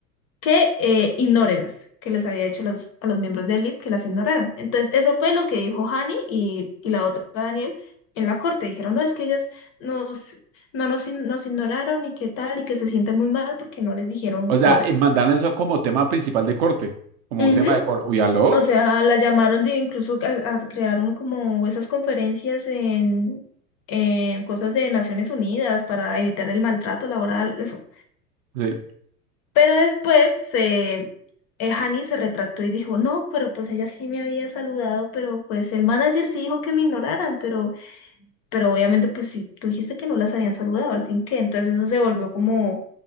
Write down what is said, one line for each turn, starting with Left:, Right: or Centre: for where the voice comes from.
Left: que eh, ignórelas, que les había dicho a los, a los miembros de Elite que las ignoraran. Entonces, eso fue lo que dijo Hani y, y la otra Daniel en la corte. Dijeron, no, es que ellas nos, no nos, ign- nos ignoraron y qué tal, y que se sienten muy mal porque no les dijeron
Right: O sea,
Left: hola.
Right: eh, mandaron eso como tema principal de corte, como
Left: Ujú.
Right: tema de corte. Uy, aló.
Left: O sea, las llamaron de incluso a, a crear un- como esas conferencias en, en cosas de Naciones Unidas para evitar el maltrato laboral, eso.
Right: Sí.
Left: Pero después eh, eh, Hani se retractó y dijo, no, pero pues ella sí me había saludado, pero pues el manager sí dijo que me ignoraran, pero, pero obviamente pues sí, tú dijiste que no las habían saludado, al fin que, entonces eso se volvió como,